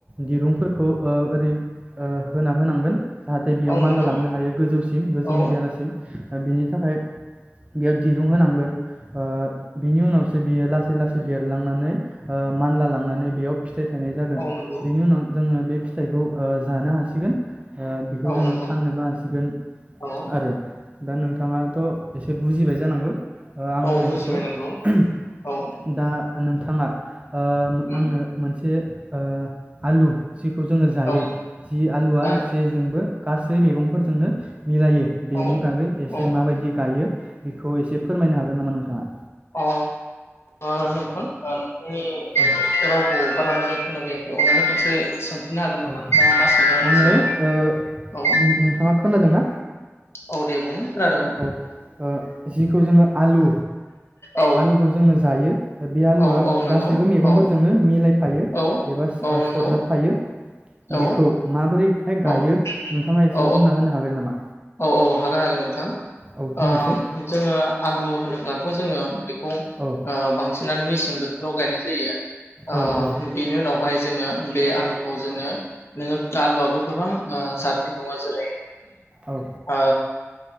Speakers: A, on the right (about 25°); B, on the left (about 55°).
A: दिरुं फोरखौ ओ ओरै ओ होना होनांगोन जाहाथे बेयाव
B: औ नंगौ
A: मानला लांनो हायो गोजौसिम गोजौनि
B: औ
A: बेरासिम बिनि थाखाय बेयाव दिरुं होनांगोन ओ बिनि उनावसो बियो लासै लासै देरलांनानै ओ मानला लां नानै बेयाव फिथाइ थनाय जागोन
B: औ नंगौ
A: बेनि उनाव जोङो बे फिथाइखौ ओ जानो हासिगोन ओ बेखौ
B: औ
A: जोङो
B: नंगौ
A: फाननोबो हासिगोन
B: औ
A: आरो दा नोंथाङाथ एसे बुजिबाय जानांगौ आं होननायफोरखौ
B: औ बुजिबाय नंगौ औ
A: दा नोथां थाङा ओ
B: उम
A: आंनो मोनसे ओ आलु जिखौ जोङो जायो
B: औ
A: जि आलुआ
B: औ
A: जेजोंबो गासै मैगंफोरजोंनो मिलायो बेनि
B: औ
A: बागै एसे
B: औ
A: माबायदि गायो? बेखौ इसे फोरमायनो हागोन नामा नोंथाङा?
B: अ ओ नोंथां ओ नों <unintelligible>
A: औ
B: रावखौ बारा मोजां खोना फैयाखै अनानै खनसे सोन फिनना होगोन नामा
A: औ
B: नोंथाङा मा सोंदों आंनि
A: आङो
B: सायाव
A: ओ
B: औ
A: नों- नोंथाङा खोनादोंना
B: औ दे बुं खोनादों
A: औ ओ जिखौ जोङो आलु
B: औ
A: आलुखौ जोंङो जायो। बे आलुआ
B: औ औ नंगौ
A: गासैबो मैगंफोरजोंनो
B: औ
A: मिलाय फायो
B: औ
A: एबासओस
B: औ नंगौ
A: सरजाबफायो।
B: औ
A: बेखौ माबोरैहाय गायो
B: औ
A: नोंथाङा एसे
B: औ
A: बुंना होनो हागोन नामा?
B: औ औ हागोन हागोन नोंथां।
A: औ बुंनायसाय
B: ओ जोङो आलु होनोब्लाथ जोङो <unintelligible> ओ
A: औ
B: बांसिन। नानै मेसिं बोथोराव गायनाय जायो ओ
A: औ औ
B: बिनि उनावहाय जोङो बे आलुखौ जोङो नोङो आलुवबो गोबां ओ जातनि दङ जेरै
A: औ
B: ओ